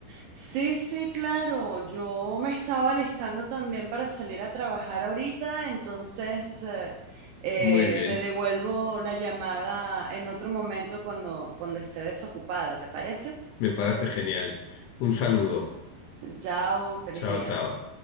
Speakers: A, on the right (about 85°); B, on the left (about 90°).
A: Sí, sí, claro. Yo me estaba listando también para salir a trabajar ahorita, entonces eh, eh,
B: Muy bien,
A: te devuelvo la llamada en otro momento cuando, cuando esté desocupada, ¿te parece?
B: me parece genial. Un saludo.
A: <laughs> Chao, feliz
B: Chao,
A: día.
B: chao.